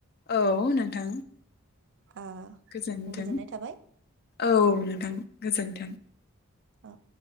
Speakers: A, on the left; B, on the right.
A: औ नोंथां
B: ओ
A: गोजोनथों
B: गोजोननाय थाबाय
A: औ नोंथां गोजोन ओं
B: औ